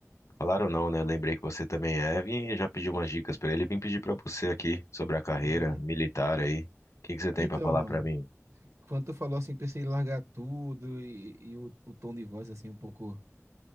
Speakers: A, on the left; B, on the right.
A: Falaram não, né? Eu lembrei que você também é, vim e já pedi umas dicas pra ele. Vim pedir pra você aqui sobre a carreira
B: Uhum.
A: militar aí. O que que você tem
B: Então,
A: pra falar
B: mano,
A: pra mim?
B: quando tu falou assim, pensei em largar tudo e, e o, o tom de voz assim um pouco